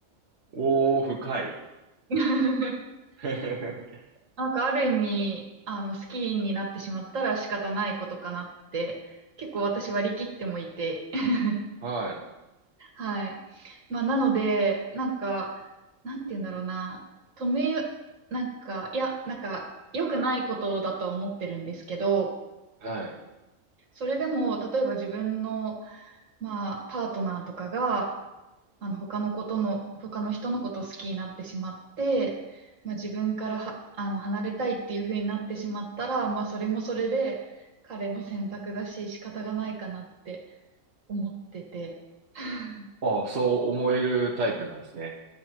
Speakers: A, on the right; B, on the right.
A: おー、深い。
B: <laughs> なんか
A: <laughs>
B: なんかある意味、あの、好きになってしまったら仕方ないことかなって、結構私割り切ってもいて、<laughs>
A: はい。
B: はい。まあ、なので、なんか、なんて言うんだろうな、止め、なんか、いや、なんか、良くないことだとは思ってるんですけど、
A: はい。
B: それでも、例えば自分の、まあ、パートナーとかが、あの、他のことの、他の人のことを好きになってしまって、まあ、自分からは、あの、離れたいっていう風になってしまったら、まあ、それもそれで彼の選択だし、仕方がないかなって思ってて。<laughs>
A: ああ、そう思えるタイプなんですね。